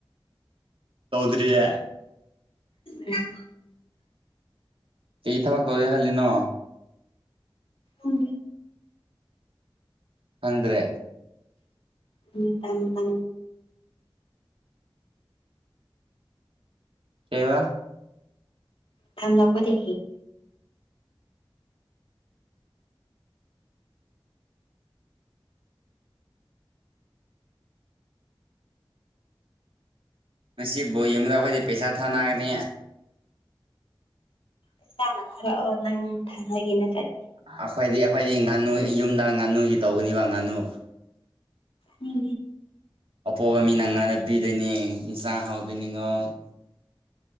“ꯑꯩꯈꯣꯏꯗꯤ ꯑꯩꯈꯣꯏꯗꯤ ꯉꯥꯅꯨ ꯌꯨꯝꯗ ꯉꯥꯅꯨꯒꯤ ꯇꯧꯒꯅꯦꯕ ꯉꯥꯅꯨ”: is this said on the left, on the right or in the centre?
Right